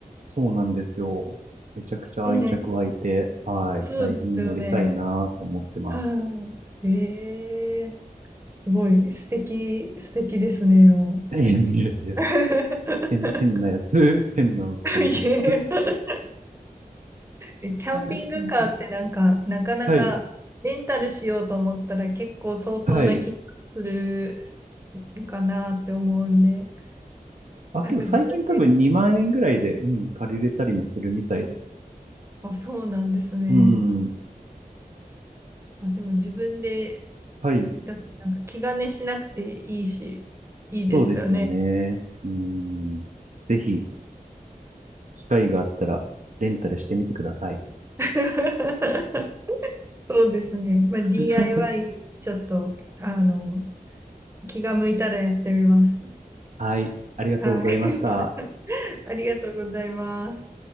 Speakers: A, on the right (about 55°); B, on the right (about 15°).
A: そうなんですよ。めちゃくちゃ愛着湧いて、
B: ねえ。
A: はい、
B: そうですよね。
A: 大事に乗りたいなと思ってます。
B: はい。ええすごい素敵、素敵ですね、も
A: いやいやいや、
B: う。<laughs>
A: 変、変なやつ、<laughs> 変なおっさんです。
B: <laughs> いやキャンピングカーってなんか、
A: <laughs>
B: なかなかレンタルしようと思ったら結構相当な気がする
A: はい、はい。
B: かなって思うんで、
A: あ、
B: なんか自分で、
A: けど最近多分2万円ぐらいで、うん、借りれたりもするみたいです。
B: あ、そうなんですね。
A: うん、
B: まあ、でも自分で、
A: はい、
B: だ、なんか気兼ねしなくていいし、いいですよね。
A: そうですよね。うん、ぜひ、機会があったら、レンタルしてみてください。
B: <laughs> そうですね。まあ、DIY
A: <laughs>
B: ちょっと、あの、気が向いたらやってみます。
A: はい、ありがとうございました。
B: はい。<laughs> ありがとうございます。